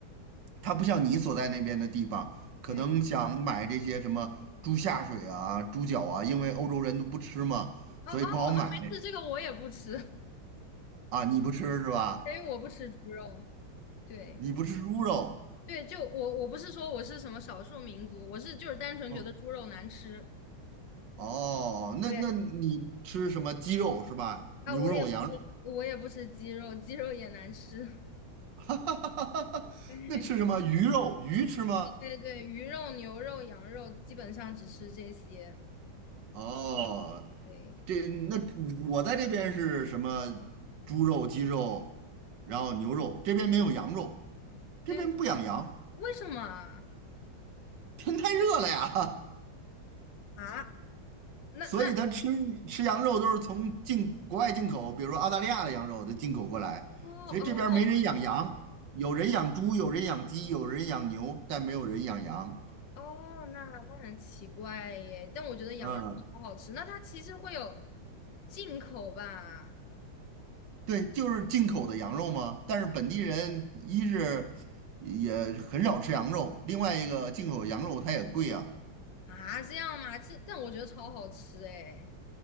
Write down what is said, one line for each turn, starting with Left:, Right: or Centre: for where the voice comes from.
Right: 它不像你所在那边的地方，可能想买这些什么猪下水啊、
Left: 对，
Right: 猪脚啊，因为欧洲人都不吃嘛，
Left: 哦哦哦，
Right: 所以不好买
Left: 没事，这个我也不吃，<laughs>
Right: 啊。你不吃是吧？
Left: 因为我不吃猪肉。对
Right: 你不吃猪肉，
Left: 对，就我我不是说我是什么少数民族，我是就是单纯觉得猪肉难吃。
Right: 嗯，哦，那那你吃什么鸡肉是吧？
Left: 对啊，
Right: 牛肉、
Left: 我也不吃，
Right: 羊肉，
Left: 我也不吃鸡肉，鸡肉也难吃。
Right: <laughs> 哈哈哈哈哈那吃什么鱼肉？
Left: <laughs> 对
Right: 鱼吃吗？
Left: 对对对鱼肉、牛肉、羊肉基本上只吃这些。
Right: 哦，
Left: 对，
Right: 这那我在这边是什么猪肉、鸡肉，然后牛肉，这边没有羊肉，
Left: 啊，
Right: 这边不养羊。
Left: 对，为什么啊？
Right: 天太热了呀，
Left: 啊，
Right: <laughs>
Left: 那那
Right: 所以他吃吃羊肉都是从进国外进口，比如说澳大利亚的羊肉都进口过来，
Left: 哦哦，
Right: 所以这边儿没人养羊，
Left: 哦
Right: 有人养猪，有人养鸡，有人养牛，但没有人养羊。
Left: 哦，那那很奇怪耶，但我觉得羊肉超好吃。
Right: 嗯，
Left: 那它其实会有进口吧？
Right: 对，就是进口的羊肉嘛。但是本地人一是也很少吃羊肉，另外一个进口羊肉它也贵啊。
Left: 啊，这样吗？这但我觉得超好吃哎。